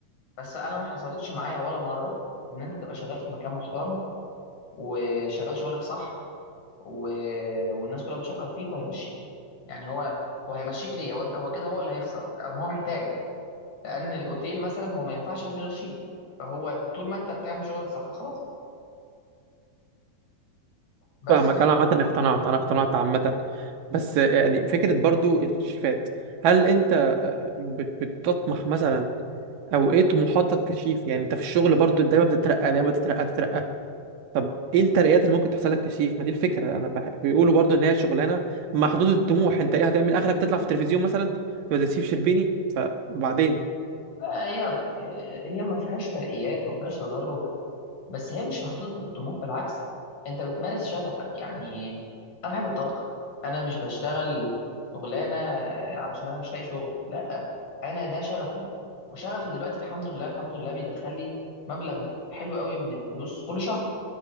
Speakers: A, on the left (about 55°); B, on the right (about 75°).
A: بس انا ما حصلتش معايا ولا مره ان انت تبقى شغال في مكان محترم وشغال شغلك صح و... والناس كلها بتشكر فيك وهيمشيك يعني هو هو هيمشيك ليه هو هو كده هو اللي هيخسر لان هو محتاج لان الاوتيل مثلا هو ما ينفعش يعيش من غير شيء فهو طول ما انت بتعمل شغلك صح خلاص بس
B: فاهمك
A: كده
B: انا عامة اقتنعت انا اقتنعت عامة بس آه، يعني فكرة برضو الشيفات هل انت آه، بت- بتطمح مثلا او ايه طموحاتك كشيف يعني انت في الشغل برضو دايما بتترقى دايما بتترقى تترقى طب ايه الترقيات اللي ممكن تحصل لك كشيف ما دي الفكره انا بح... بيقولوا برضو ان هي شغلانه محدوده الطموح انت ايه هتعمل اخرك تطلع في التلفزيون مثلا تبقى زي شيف شربيني فبعدين
A: لا هي آه، هي ما فيهاش ترقيات وما فيهاش تدرج بس هي مش محدودة الطموح بالعكس انت بتمارس شغفك يعني انا بحب الطبخ انا مش بشتغل شغلانة آه، علشان انا مش لاقي شغل لا انا ده شغفي وشغفي دلوقتي الحمد لله الحمد لله بيدخل لي مبلغ حلو قوي من الفلوس كل شهر